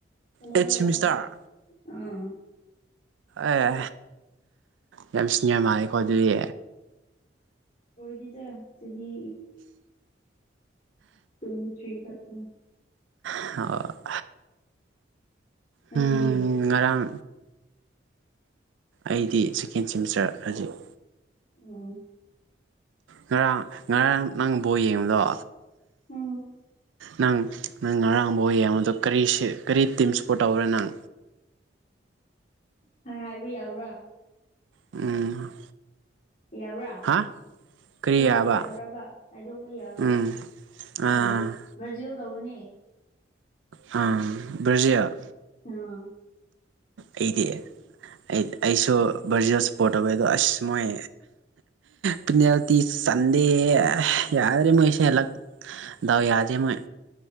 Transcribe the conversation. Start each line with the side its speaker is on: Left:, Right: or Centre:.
Left: ꯀꯩꯅ
Right: ꯑꯩꯠ ꯁꯤꯃꯤꯁꯇꯔ
Left: ꯌꯥ ꯍ ꯑꯥ
Right: ꯑꯦ ꯌꯥꯝ ꯁꯤꯅꯤꯔ ꯃꯥꯜꯂꯦꯀꯣ ꯑꯗꯨꯗꯤ
Left: ꯑꯣꯏꯗꯤꯗ ꯆꯍꯤ ꯇꯋꯦꯟꯇꯤꯊꯔꯤ ꯆꯪꯉꯦ
Right: ꯑ
Left: ꯅꯪꯗꯤ
Right: ꯎꯝ ꯉꯔꯥꯡ ꯑꯩꯗꯤ ꯁꯦꯀꯦꯟ ꯁꯦꯃꯤꯁꯇꯔ ꯍꯧꯖꯤꯛ
Left: ꯎꯝ
Right: ꯉꯔꯥꯡ ꯉꯔꯥꯡ ꯅꯪ ꯕꯣ ꯌꯦꯡꯕꯗꯣ
Left: ꯎꯝ
Right: ꯅꯪ ꯅꯪ ꯉꯔꯥꯡꯕ ꯑꯣꯏꯌꯦ ꯃꯗꯣ ꯀꯔꯤ ꯀꯔꯤ ꯇꯤꯝ ꯁꯞꯄꯣꯔꯠ ꯇꯧꯔꯦ ꯅꯪ
Left: ꯍꯥꯏ ꯍꯥꯏꯕ ꯌꯥꯕ꯭ꯔꯥ
Right: ꯎꯝ
Left: ꯌꯥꯕ꯭ꯔꯥ
Right: ꯍꯥ ꯀꯔꯤ
Left: ꯍꯥꯏꯗꯣꯛꯄ
Right: ꯍꯥꯏꯕ
Left: ꯌꯥꯕ꯭ꯔꯕ ꯍꯥꯏꯗꯣꯛꯄ ꯌꯥꯕ꯭ꯔꯥ
Right: ꯎꯝ ꯑꯥ
Left: ꯑꯣꯕ꯭ꯔꯣ ꯕꯔꯖꯤꯔꯣ ꯇꯧꯕꯅꯦ
Right: ꯑ ꯕ꯭ꯔꯖꯌꯥ
Left: ꯑꯥ
Right: ꯑꯩꯗꯤ ꯑꯩ ꯑꯩꯁꯨ ꯚꯔꯖꯤꯜ ꯁꯄꯣꯔꯠ ꯇꯧꯋꯦ ꯑꯗꯣ ꯑꯁ ꯃꯣꯏ ꯄꯤꯟꯦꯜꯇꯤ ꯆꯟꯗꯦ ꯌꯥꯗ꯭ꯔꯦ ꯃꯩꯁꯂ ꯗꯎ ꯌꯥꯗꯦ ꯑꫭꯏ